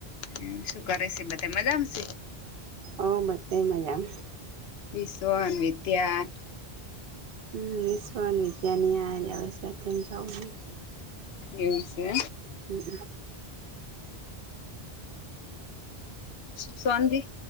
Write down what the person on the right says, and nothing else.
ઓ બધે મજા
હમ વિશ્વણ વિદ્યાની આ્યા વિશ જ
હે